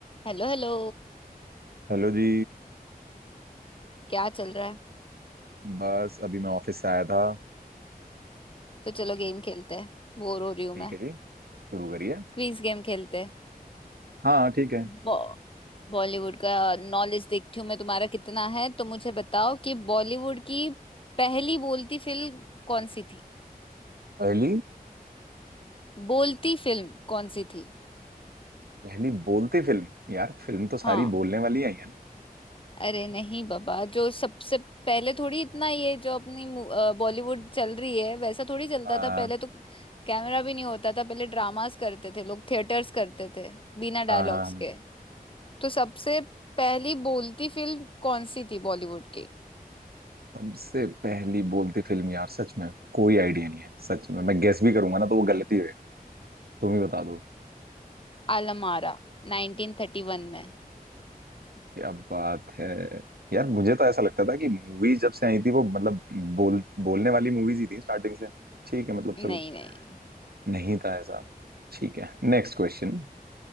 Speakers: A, on the left; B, on the right.
A: Hello hello
B: Hello जी
A: क्या चल रहा है
B: बस अभी मैं ऑफिस से आया था
A: तो चलो गेम खेलते हैं बोर हो रही हूँ
B: ठीक
A: मैं
B: है जी शुरू करिए
A: क्विज गेम खेलते हैं
B: हाँ ठीक है
A: बॉ- बॉलीवुड का नॉलेज देखती हूँ मैं तुम्हारा कितना है तो मुझे बताओ कि बॉलीवुड की पहली बोलती फिल्म कौन सी थी
B: पहली
A: बोलती फिल्म कौन सी थी
B: पहली बोलती फिल्म यार फिल्म तो सारी
A: हाँ
B: बोलने वाली आई है ना
A: अरे नहीं बाबा जो सबसे पहले थोड़ी इतना ये जो अपनी मू- अ, बॉलीवुड चल रही है वैसा थोड़ी चलता
B: हाँ
A: था पहले तो कैमरा भी नहीं होता था पहले ड्रामास करते थे लोग थिएटर्स करते थे बिना
B: हाँ
A: डायलॉग्स
B: हाँ हाँ।
A: के तो सबसे पहली बोलती फिल्म कौन सी थी बॉलीवुड की
B: सबसे पहली बोलती फिल्म यार सच में कोई आइडिया नहीं है सच में मैं गेस भी करूंगा ना तो वो गलती होगी तुम ही बता दो
A: आलमारा 1931 में
B: क्या बात है यार मुझे तो ऐसा लगता था कि मूवी जब से आई थी वो मतलब बोल बोलने वाली मूवीज ही थी स्टार्टिंग से ठीक है मतलब
A: नहीं
B: चलो
A: नहीं
B: नहीं था ऐसा ठीक है नेक्स्ट क्वेश्चन